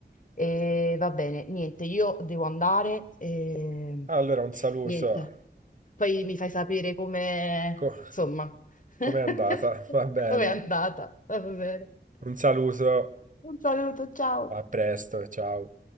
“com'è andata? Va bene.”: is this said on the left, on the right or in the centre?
Right